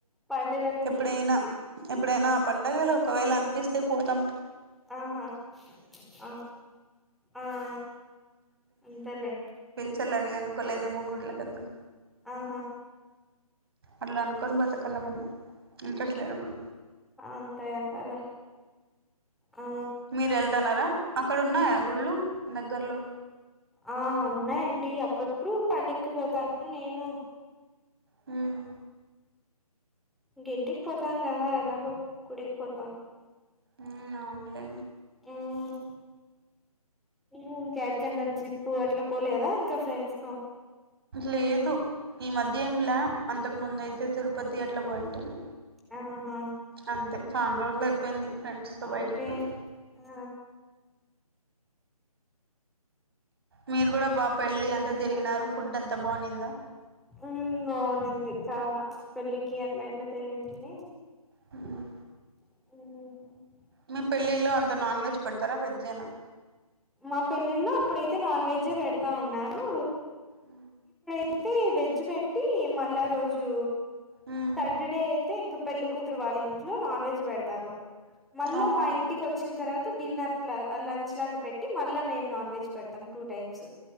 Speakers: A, in the centre; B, on the right.
A: పండుగలకి
B: ఎప్పుడైనా ఎప్పుడైనా పండగలు ఒకవేళ అనిపిస్తే పోత్ త్తం
A: ఆహా ఆ ఆఆ అంతేలేే
B: చల్లని అనుకోలేదేమో గుళ్లకన్నా
A: ఆహా
B: అట్లా అనుకొని బతకళ్లా మనం ఇంట్రెస్ట్ లేనప్పుడు
A: అంతే అంతేలే ఆ
B: మీరు ఎళ్తన్నారా అక్కడ ఉన్నాయా గుడులు దగ్గర్లో
A: ఆ ఉన్నాయండి అప్పుఅప్పుడు పండక్కి పోతాను నేను
B: మ్మ్
A: ఇంగింటిక్ పోతాం గదా ఎలాగో గుడికి పోతాం
B: మ్మ్ అవునులే
A: మ్మ్ మీరు ఇంకా యాడికన్నా ట్రిప్పు అట్లా పోలేదా ఇంకా ఫ్రెండ్స్ తో
B: లేదు ఈ మధ్య ఏంలే అంతకు ముందు అయితే తిరుపతి అట్ అట్ల బొయింటిమి
A: ఆహా
B: అంతే చాన్ రోజులు అయిపేంది ఫ్రెండ్స్ తో బయటికి
A: ఓకే
B: పోయి
A: ఆ
B: మీరు గుడ బా పెళ్ళి అంత్ అంత తిరిగినారు ఫుడ్ అంత బావునిందా
A: మ్మ్ బావునింది చానా పెళ్ళికి అట్లా ఇట్లా తిరిగింటిని
B: మ్మ్
A: మ్మ్
B: మీ పెళ్ళిళ్ల్లో అంతా నాన్ వెెజ్ పెడ్తారా వెజ్జేనా
A: మా పెళ్ళిళ్లో అప్పుడైతే నాన్ వెజ్జే పెడతా అన్నారు
B: అ
A: అయితే వెజ్ పెట్టి మళ్ళా రోజు
B: మ్మ్
A: థర్డ్ డే అయితే ఇంకప్ పెళ్లి కూతురు వాళ్ళ ఇంట్లో నాన్ వెజ్ పెడతారు మళ్ళా
B: ఓహో
A: మా ఇంటికి వొచ్చిన తర్వాత డిన్నర్ లాగ లంచ్ లాగ మళ్ళా మేమ్ నాన్ వెజ్ పెడతాం టూ టైమ్స్